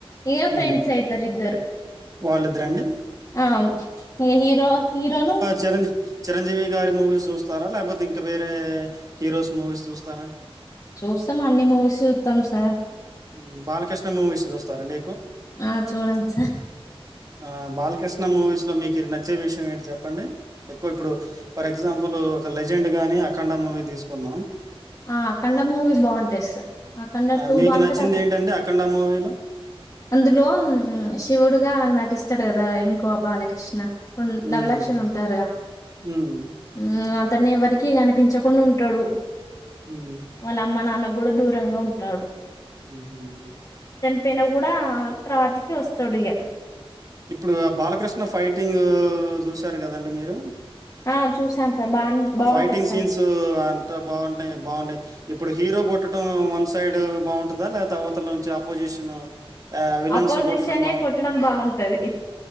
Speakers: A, on the left (about 35°); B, on the right (about 35°).
A: ఇగ
B: హ్మ్.
A: ఫ్రెండ్స్ అయితారుద్దరు
B: వాళ్ళిద్దరండి?
A: ఆ ఏ హీరో హీరోను
B: చిరం చిరంజీవి గారి మూవీస్ చూస్తారా లేకపోతే ఇంకా వేరే హీరోస్ మూవీస్ చూస్తారా
A: చూస్తాం అన్ని మూవీస్ చూస్తాం సార్
B: హ్మ్. బాలకృష్ణ మూవీస్ చూస్తారండి
A: ఆ చూడండి సార్
B: ఆ బాలకృష్ణ మూవీస్ లో మీకు నచ్చే విషయం ఏంటి చెప్పండి ఎక్కువ ఇప్పుడు ఫర్ ఎగ్జాంపుల్ ఒక లెజెండ్ గాని అఖండ మూవీ తీసుకుందాం
A: ఆ అఖండ మూవీ బావుంటది సార్ అకండ
B: ఆ!
A: టూ
B: మీకు
A: బాగుంటది
B: నచ్చింది
A: అక
B: ఏంటండి 'అఖండ' మూవీలో?
A: అందులో శివుడుగా నటిస్ స్తాడు కదా ఇంకో బాలకృష్ణ
B: హ్మ్.
A: డబల్ ఆక్షన్ ఉంటారుగా
B: హ్మ్.
A: మ్మ్ అతను ఎవరికీ కనిపించకుండా ఉంటాడు
B: హ్మ్.
A: వాళ్ళ అమ్మ నాన్న కూడా దూరంగా ఉంటాడు
B: మ్మ్ హ్
A: పేన కూడా తర్వాతికి వస్తాడిగా
B: ఇప్పుడు బాలకృష్ణ ఫైటింగ్ చూశారు కదండి మీరు
A: ఆ చూసాం సార్ బాన్
B: ఆ
A: బావుంటది
B: ఫైటింగ్
A: సార్.
B: సీన్స్ అంతా బాగుంటాయి బాగున్నాయి ఇప్పుడు హీరో కొట్టడం వన్ సైడ్ బావుంటదా లేతే అవతల నుంచి అపోజిషన్ ఆ విలన్స్
A: అపోజిషనే
B: కొట్టడం బావుం
A: కొట్టడం బావుంటది.